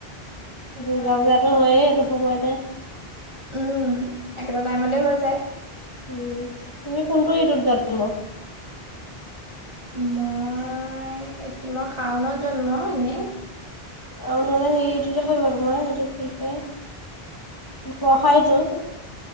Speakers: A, on the right; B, on the left.
A: বহুত
B: দুৰ্গা
A: ভাল লাগে
B: পূজাটো হয়েই এইটো সময়তে।
A: উম একেটা টাইমতে হৈ যায়
B: উম, তুমি কোনটো ঋতুত জন্ম।
A: মই শাওণত জন্ম এনেই।
B: আৰু নহ'লে হেৰিটো দেখোন নধৰে, সেইটো কি কয় বৰ্ষা ঋতুত।